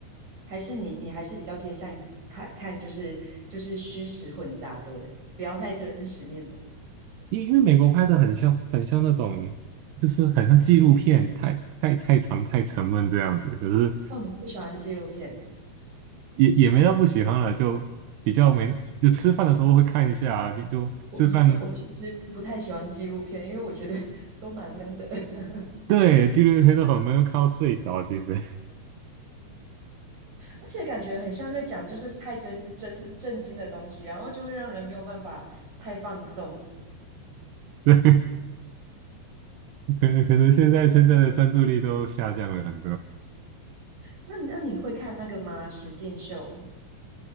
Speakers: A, on the right; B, on the right.
A: 还是你你还是比较偏向看看就是就是虚实混杂的，不要太真实面的？
B: 因因为美国拍的很像很像那种，就是很像纪录片，太太太长太沉闷这样子，可是
A: 哦，你不喜欢纪录片？
B: 也也没到不喜欢了，就比较没就吃饭的时候会看一下啊，就吃饭
A: <laughs> 我其实不太喜欢纪录片，因为我觉得 <laughs> 都蛮闷的。<laughs>
B: 对纪录片都很闷，看到睡着其实
A: 而且感觉很像在讲就是太真真震惊的东西，然后就会让人没有办法太放松。
B: <laughs> 对，可能可能现在现在的专注力都下降了很多。
A: 那你那你会看那个吗？实境秀，